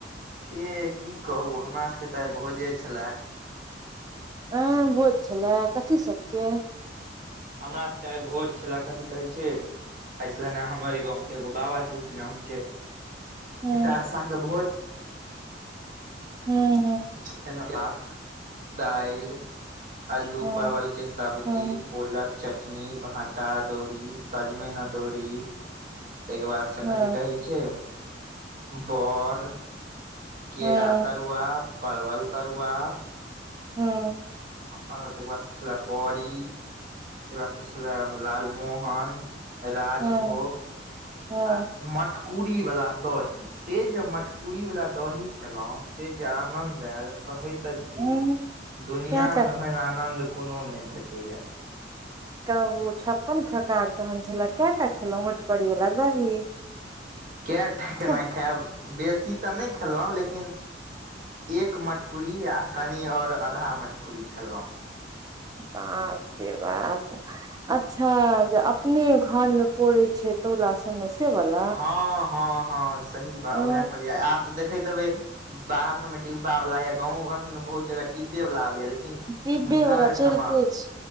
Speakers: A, on the right; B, on the right.
A: एह की कहू हमरा सबके तऽ आइ भोजे छले।
B: एं भोज छले कथी सबके?
A: हमरा सभके आइ भोज छलए कथि कहै छै आइ छलनि हैं हमरे गाँंव के एगो बाबा छलखिन हैं हुनके
B: हूँ
A: एकादसाह के भोज।
B: हूं हूं
A: छलैन हैं भात, दाइल अल्लू
B: हूँ
A: परवल के सब्जी,
B: हूँ
A: ओलक चटनी, भाँटा अदौरी सजमैन अदौड़ी ताहिके बाद से
B: हूँ
A: कथि कहै छै बऽर, केरा
B: हूँ
A: तरुआ परवल तरुआ
B: हँ
A: आ तकर बाद स छलै बऽड़ी तकर बाद स छलै लाल मोहन राजभोग
B: हूँ हूँ
A: आ मटकूरी वला दही। से जे मटकुरी वला दही खेलौ से जे आनंद एल कहै त छी
B: हूँ
A: दुनिया
B: कएटा
A: मे ओहन आनद कोनो नहि भेटैयै।
B: कहु छप्पन प्रकार तहन छलै कैटा खेलौं मटकुरी वला दही?
A: कए टा केना
B: छ-
A: खायब बेसी तऽ नहि खेलौं लेकिन एक मटकुरी आ कनि और अधा मटकुरी खेलहुँ।
B: बाप जे बाप अच्छा जे अपने घर मे पौड़ै छै तौला सबमे से बला।
A: हँ -हँ -हँ सही बात उएह
B: ओ
A: कहलियै आब तऽ देख देखते हेबै बाहर सबमे डिब्बा वला या गाँवो घर सबमे बहुत जगह डिब्बे वला आबे या लेकिन लेकिन
B: डिब्बे
A: हुनका
B: बला
A: एयठमा
B: चलिते छै